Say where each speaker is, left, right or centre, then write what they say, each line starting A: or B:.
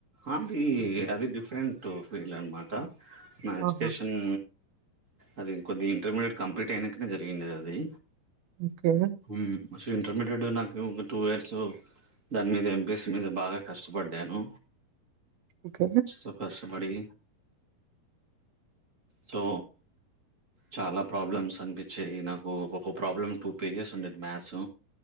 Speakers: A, on the right (about 35°); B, on the right (about 85°).
A: అది అది డిఫరెంట్ ఫీల్డ్ అనమాట నా ఎడ్యుకేషన్
B: ఆహా!
A: అది కొద్దిగ ఇంటర్మీడియెట్ కంప్లీట్ అయినంకనే జరిగిండేది అది
B: ఓకే
A: ఉమ్మ్ ఫస్ట్ ఇంటర్మీడియట్ నాకు టూ ఇయర్స్ దాని మీద ఎంబిఎస్ మీద బాగా కష్టపడ్డాను
B: ఓకే
A: సో కష్టపడి సో చాలా ప్రాబ్లమ్స్ అనిపించాయి నాకు ఒక్కొక్క ప్రాబ్లం టూ పేజెస్ ఉండేది మ్యాథ్స్